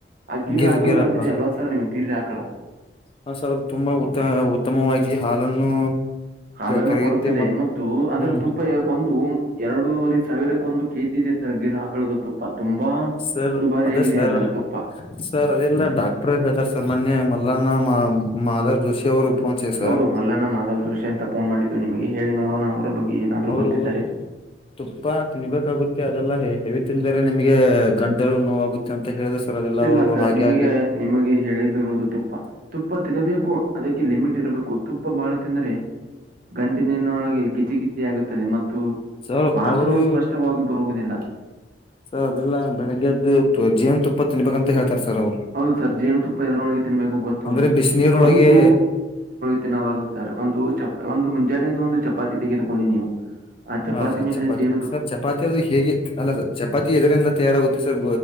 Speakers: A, on the right; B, on the left.
A: ಆ ಗಿರ್ರ
B: ಗಿರ್
A: ಹಾಕಳ
B: ಗಿರ್
A: ಗೊತ್ತಿದೆ
B: ಹಾಕ
A: ಅಲ್ವಾ ಸರ್ ನಿಮ್ಗ್ ಗಿರ್ರ ಆಕಳು.
B: ಹ ಸರ್ ಅದು ತುಂಬಾ ಉತ್ತ ಉತ್ತಮವಾಗಿ ಹಾಲನ್ನು.
A: ಹಾಲನ್ನು
B: ಕರೆಯುತ್ತೆ
A: ಕೊಡುತ್ತದೆ
B: ಮತ್
A: ಮತ್ತು ಅದರ
B: ಹ್ಮ್
A: ತುಪ್ಪ ಒಂದು. ಎರಡೂರೆ ಸಾವಿರಕ್ಕ ಒಂದು ಕೆ ಜಿ ಇದೆ ಸರ್ ಗಿರ ಹಾಕಳದ ತುಪ್ಪ ತುಂಬಾ.
B: ಸರ್
A: ದುಬಾರಿ
B: ಅದೇ
A: ಆಗಿದೆ
B: ಸರ್
A: ಅದಾರ ತುಪ್ಪ.
B: ಸರ್ ಅದಲ್ ನ ಡಾಕ್ಟರ್ ಹೇಳ್ತಾರೆ ಸರ್ ಮೊನ್ನೆ ಮಲ್ಲನ್ನ ಮಾಧರ್ ಜೋಶಿ ಅವರು ಫೋನ್ ಹಚ್ಚಿದೆ ಸರ್.
A: ಹೌದು ಮಲ್ಲನ ಮಾಧವ್ ಜೋಶಿ ಅಂತ ಫೋನ್ ಮಾಡಿದ್ದು ನಿಮಗೆ ಹೇಳಿ ನೋಡೋಣ ಅವರ ಬಗ್ಗೆ ಏನಾದರು
B: ಅವರು
A: ಗೊತ್ತಿದ್ದಾರೆ.
B: ತುಪ್ಪ ತಿನ್ಬೇಕಾಗುತ್ತೆ ಅದೆಲ್ಲ ಹೆವಿ ತಿಂದರೆ ನಿಮ್ಗೆ ಗಂಟಲು ನೋವಾಗುತ್ತೆ. ಅಂತ ಹೇಳುದು ಸರ್ ಅದೆಲ್ಲ
A: ಇಲ್ಲ
B: ಅವರು
A: ಸರ್
B: ಹಾಗಾಗಿ.
A: ನಿಮಗೆ ನಿಮಗೆ ಹೇಳಿದಿರುವುದು ತುಪ್ಪ. ತುಪ್ಪ ತಿನ್ನಬೇಕು ಅದಕ್ಕೆ ಲಿಮಿಟ್ ಇರಬೇಕು ತುಪ್ಪ ಬಹಳ ತಿಂದ್ರೆ. ಗಂಟಿನಿನೊಳಗೆ ಕಿಚಿ ಕಿಚಿ ಆಗುತ್ತದೆ ಮತ್ತು
B: ಸರ್
A: ಮಾತುಗಳು
B: ಅವರು
A: ಸ್ಪಷ್ಟವಾಗಿ ಬರುವುದಿಲ್ಲ.
B: ಸರ್ ಅದೆಲ್ಲ ಬೆಳಗ್ಗೆದ್ದು ಜೇನುತುಪ್ಪ ತಿನ್ಬೇಕ ಅಂತ ಹೇಳ್ತಾರೆ ಸರ್ ಅವ್ರು.
A: ಹೌದು ಸರ್ ಜೇನುತುಪ್ಪ ಎದರೊಳಗೆ ತಿನ್ಬೇಕು ಗೊತ್ತು
B: ಅಂದ್ರೆ
A: ಏನು
B: ಬಿಸಿನೀರೊಳಗೆ
A: ಒಂದು. ತಿನ್ನಬಾರದು ಸರ್ ಒಂದು ಚ ಒಂದು ಮುಂಜಾನೆ ಎದ್ದು ಒಂದು ಚಪಾತಿ ತೆಗೆದುಕೊಳ್ಳಿ ನೀವು. ಆ ಚಪಾತಿ
B: ಹಾ ಸರ್
A: ಮೇಲೆ ಜೇನು
B: ಸರ್ ಚಪಾತಿ ಅದು ಹೇಗೆ ಅಲ್ಲ ಚಪಾತಿ ಎದರಿಂದ ತಯಾರಾಗುತ್ತೆ ಸರ್